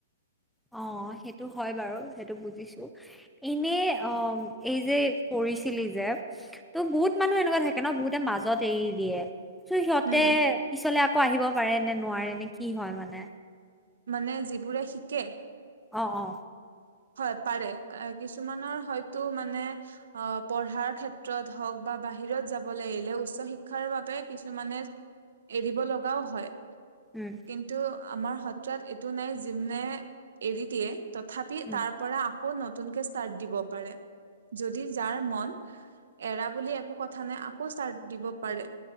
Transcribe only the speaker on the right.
উম
মানে যিবোৰে শিকে?
হয় পাৰে কিছুমানৰ হয়তো মানে অ', পঢ়াৰৰ ক্ষেত্ৰত হওক বা বা বাহিৰত যাবলৈ এৰিলে উচ্চ শিক্ষাৰ বাবে কিছুমানে এৰিব লগাও হয়।
কিন্তু আমাৰ সত্ৰাত এইটো নাই যোনে এৰি দিয়ে তথাপি
তাৰ পৰা আকৌ নতুনকে ষ্টাৰ্ট দিব পাৰে। যদি যাৰ মন এৰা বুলি একো কথা নাই আকৌ ষ্টাৰত দিব পাৰে।